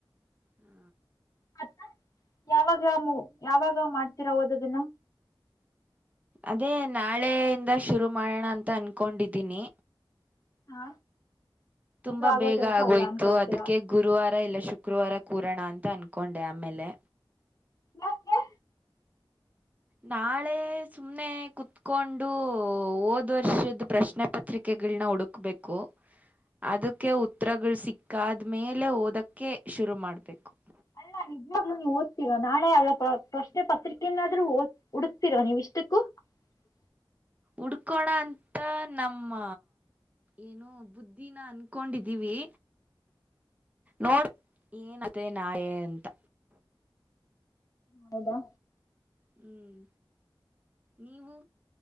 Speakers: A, on the right; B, on the left.
A: ಹಾ
B: ಮತ್ತ ಯಾವಾಗ ಯಾವಾಗ ಮಾಡ್ತೀರಾ ಓದದನ್ನ
A: ಅದೇ ನಾಳೆಯಿಂದ ಶುರು ಮಾಡೋಣ ಅಂತ ಅನ್ಕೊಂಡಿದ್ದೀನಿ
B: ಹಾ
A: ತುಂಬಾ
B: ಅದು ಆಗೋ
A: ಬೇಗ
B: ಕೆಲ್ಸ
A: ಆಗೋಯ್ತು
B: ಅಲ್ಲ ಅನ್ಕೊಳ್ತೀರಾ
A: ಅದಕ್ಕೆ ಗುರುವಾರ ಇಲ್ಲ ಶುಕ್ರವಾರ ಶುಕ್ರವಾರ ಕೂರಣ ಅಂತ ಅನ್ಕೊಂಡೆ ಆಮೇಲೆ
B: ಯಾಕೆ
A: ನಾಳೆ ಸುಮ್ನೆ ಕುತ್ಕೊಂಡು ಓದ್ ವರ್ಷದ ಪ್ರಶ್ನೆ ಪತ್ರಿಕೆ ಗಳನ್ನ ಹುಡುಕ್ಬೇಕು ಅದಕ್ಕೆ ಉತ್ತರಗಳು ಸಿಕ್ಕಾದ್ಮೇಲೆ ಓದಕ್ಕೆ ಶುರು ಮಾಡ್ಬೇಕು
B: ಅಲ್ಲ ನಿಜಾಗೂ ನೀವು ಓದ್ತಿರಾ ನಾಳೆ ಅಲ್ಲ ಪ್ರಶ್ನೆ ಪತ್ರಿಕೆಯಿಂದಾದ್ರೂ ಓದ ಹುಡುಕ್ತಿೀರ ನೀವು ಇಷ್ಟಕ್ಕೂ <unintelligible>
A: ಉಡ್ಕೋಣ ಅಂತ ನಮ್ಮ ಏನೋ ಬುದ್ಧಿನ ಅನ್ಕೊಂಡಿದ್ದೀವಿ ನೋಡ್ ಬೇಕು ಏನತೆೆ ಆಗುತ್ತೆ ನಾಳೆ ಅಂತ
B: ಹೌದಾ
A: ಹ್ಮ್ ನೀವು